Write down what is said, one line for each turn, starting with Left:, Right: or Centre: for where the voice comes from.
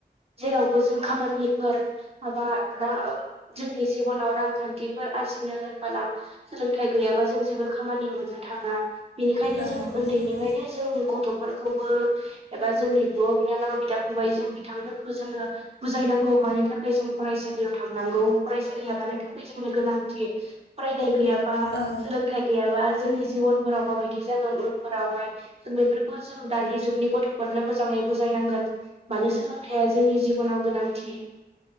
Right: जेरावबो जों खामानिफोर माबा ओ जोंनि जिबनाव रांखान्थिफोर आरजिनो होनबोला सोलोंथाइ गैयाबा जों जेबो खामानि खामानि मोननो थाङा। बेनिखायनो
Left: औ
Right: जों उन्दैनिफ्रायनो
Left: नंगौ
Right: जों गथ' खौबो एबा जोंनि बिब' बिनानाव बिदा फंबाय जों बिथांमोनखौ जोङो बुजायनांगौ मानि थाखाय जों फरायसालियाव थांनांगौ फरायसालिया मानि थाखाय जोंनो गोनांथि फरायनाय गैया बा
Left: औ
Right: सोलोंथाइ गैयाबा जोंनि जिबनफोराव माबायदि जागोन उनफोरावहाय जों बेफोरखौ जों दानि जुगनि गथ'फोरनो मोजाङै बुजायनांगोन मानो सोलोंथाइया जोंनि जिबनाव गोनांथि।